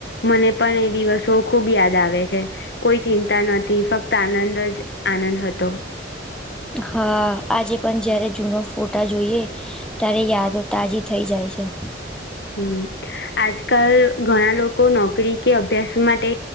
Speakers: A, on the left; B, in the centre.
A: મને પણ એ દિવસો ખુબ યાદ આવે છે. કોઈ ચિંતા નથી, ફક્ત આનંદ જ આનંદ હતો.
B: હા, આજે પણ જ્યારે જૂનો ફોટા જોઈએ ત્યારે યાદો તાજી થઇ જાય છે.
A: હમ, આજકાલ ઘણા લોકો નોકરી કે અભ્યાસ માટે